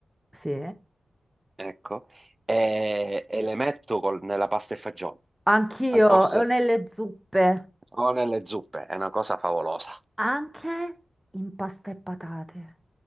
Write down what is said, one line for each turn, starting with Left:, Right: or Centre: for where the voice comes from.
Centre: Sì.
Right: ecco, e, e le metto col- nella pasta e fagioli,
Centre: Anch'io,
Right: al posto
Centre: o nelle zuppe,
Right: o nelle zuppe, è una cosa favolosa.
Centre: anche in pasta e patate,